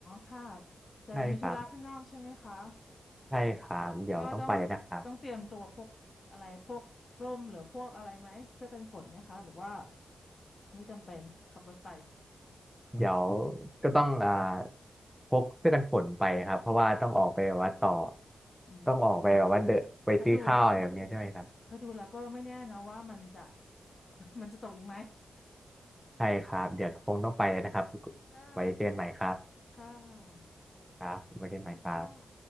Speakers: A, on the left; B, in the centre.
A: ค่ะแต่จะมีธุระข้างนอกใช่ไหมคะ
B: ใช่ครับใช่ครับเดี๋ยวต้องไปแล้วนะครับ
A: ก็ต้องต้องเตรียมตัวพกอะไรพกร่มหรือพวกอะไรไหมเสื้อกันฝนไหมคะหรือว่าไม่จำเป็นขับรถไป
B: เดี๋ยวก็ต้องอ่าพกเสื้อกันฝนไปครับเพราะว่าต้องออกไปแบบว่าต่อ
A: อืม
B: ต้องออกไปแบบว่าเดนไปซื้อข้าวอะไรแบบนี้ด้วยครับ
A: เพราะดูเพราะดูแล้วก็ไม่แน่นะว่ามันจะ <laughs> มันจะตกอีกไหม
B: ใช่ครับเดี๋ยวคงต้องไปแล้วนะครับ
A: ค่ะ
B: ไว้เจอกันใหม่ครับ
A: ค่ะ
B: ครับไว้เจอกันใหม่ครับ
A: ดีค่ะ